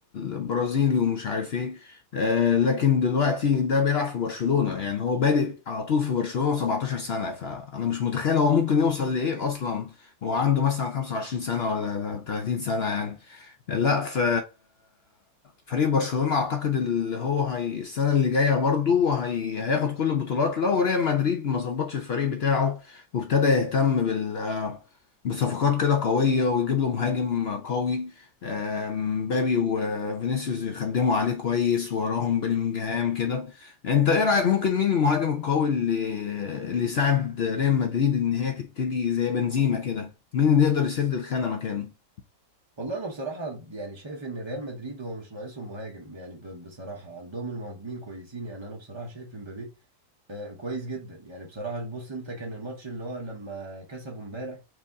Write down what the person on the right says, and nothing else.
والله انا بصراحه يعني شايف ان ريال مدريد هو مش ناقصهم مهاجم يعني ب- بصراحه عندهم المهاجمين كويسين يعني انا بصراحه شايف امبابي آه، كويس جدا يعني بصراحه بص انت كان الماتش اللي هو لما كسبوا امبارح